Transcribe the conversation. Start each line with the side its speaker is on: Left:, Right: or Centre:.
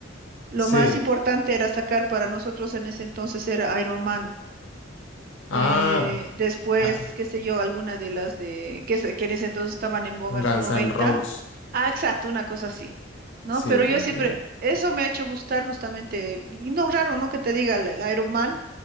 Right: lo
Left: Sí.
Right: más importante era sacar para nosotros en ese entonces era Iron Man.
Left: Ah,
Right: Eh, después,
Left: ah,
Right: qué sé yo, alguna de las de que, se- que en ese entonces estaban en boga en
Left: Guns
Right: los noventa
Left: N' Roses.
Right: Ah, exacto, una cosa así, ¿no?
Left: Sí,
Right: Pero
Left: te
Right: yo
Left: entiendo.
Right: siempre, eso me ha hecho gustar justamente, y no raro, ¿no? Que te diga el, el Iron Man,